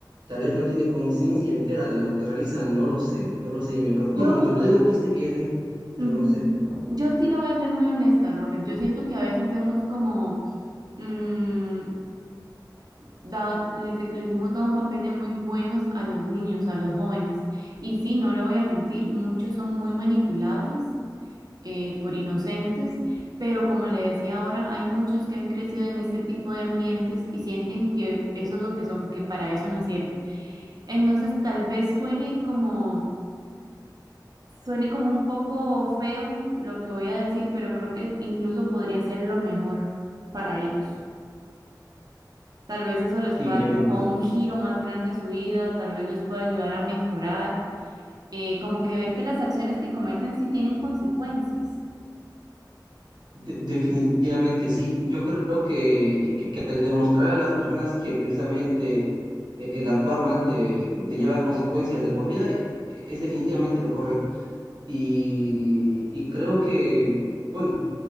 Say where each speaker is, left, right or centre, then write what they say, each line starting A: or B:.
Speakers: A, on the right; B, on the right.
A: tal vez no tiene conciencia entera de lo que realiza, no lo sé, no lo sé y me preocupa
B: Yo,
A: mucho. No digo que esté bien, pero
B: ujú,
A: no sé.
B: Yo sí le voy a ser muy honesta, Roger. Yo siento que a veces hemos como... mm, dado- les, les hemos dado un papel de muy buenos a los niños, a los jóvenes. Y sí, no le voy a mentir, muchos son muy manipulables eh, por inocentes, pero como le decía ahora, hay muchos que han crecido en este tipo de ambientes y sienten que eso es lo que son, que para eso nacieron. Entonces, tal vez suene como... Suene como un poco feo lo que voy a decir, pero creo que incluso podría ser lo mejor para ellos. Tal vez eso les
A: Sí,
B: pueda
A: definitivamente.
B: dar como un giro más grande a su vida, tal vez les pueda ayudar a mejorar, eh, como que ver que las acciones que cometen sí tienen consecuencias.
A: De- definitivamente sí. Yo creo que, que, que al demostrar a las personas que precisamente eh, el actuar mal te, te lleva a consecuencias de por vida, eh, es definitivamente lo correcto. Y, y creo que, bueno,